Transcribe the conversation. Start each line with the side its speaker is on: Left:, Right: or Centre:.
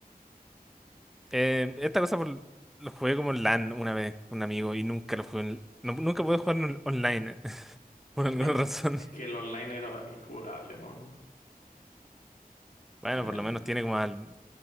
Centre: Eh, esta cosa por- lo jugué como en LAN una vez con un amigo y nunca lo jugué en- no- nunca pude jugar en- online <laughs> por alguna
Left: Es,
Centre: razón.
Left: es que el online era injugable, weón.
Centre: Bueno,
Left: Eh,
Centre: por lo menos tiene como al-